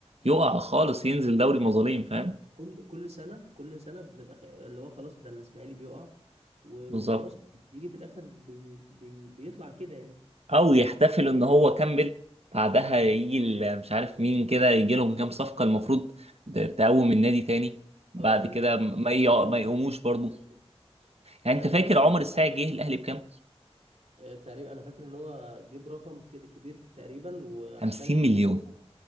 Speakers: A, on the right; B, on the right.
A: يقع خالص ينزل دوري مظالم
B: خلاص
A: فاهم
B: كل كل سنه كل سنه بنبقى خ... اللي هو خلاص ده الاسماعيلي بيقع و-
A: بالظبط
B: وخلاص بيجي في الاخر بي... بي... بيطلع كده يعني
A: او يحتفلوا ان هو كمل بعدها يجي ال- مش عارف
B: ده حقيقي.
A: مين كده يجي لهم كام صفقة المفروض ت- تقوم النادي تاني بعد
B: اه لأن-
A: كده ما يقع-
B: اعملوا
A: ما
B: انتعاش
A: يقوموش برضو
B: مش عارف ايه
A: يعني
B: انا
A: انت
B: شايف
A: فاكر
B: بصراحه
A: عمر الساعي جه الاهلي بكام
B: آه، تقريبا انا فاكر ان هو جيب رقم كده كبير تقريبا وعشان
A: 50 مليون
B: هو